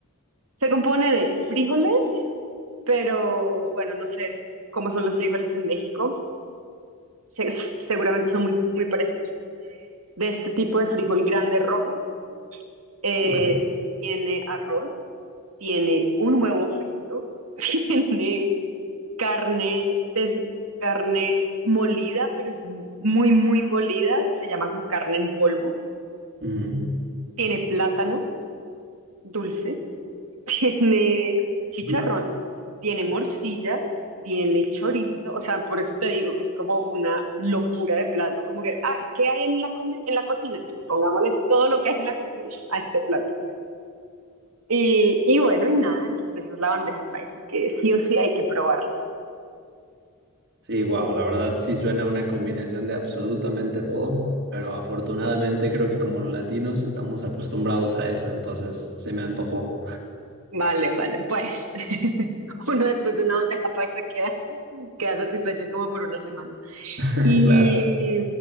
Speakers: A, on the right; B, on the right.
A: Se compone de frijoles, pero bueno, no sé cómo son los frijoles en México. Se- seguramente son muy, muy parecidos. De este tipo de frijol grande rojo, eh,
B: Ok.
A: tiene arroz, tiene un huevo frito, <laughs> tiene carne, des- carne molida, pero es muy, muy molida, se llama como carne en polvo,
B: Ujú.
A: tiene plátano dulce, <laughs> tiene chicharrón,
B: Ujú.
A: tiene morcilla, tiene chorizo, o sea, por eso te digo que es como una locura de plato, como que, ah, ¿qué hay en la, comi- en la cocina? Pongámosle todo lo que hay en la cocina <laughs> a este plato. Y, y bueno, y nada, entonces esa es la bandeja paisa, que sí o sí hay que probarla.
B: Sí, wow, la verdad sí suena una combinación de absolutamente todo, pero afortunadamente creo que como latinos estamos acostumbrados a eso, entonces se me antojó.
A: Vale, vale. Pues <laughs> uno después de una bandeja paisa queda, queda satisfecho como por una semana.
B: <laughs>
A: Y
B: Claro.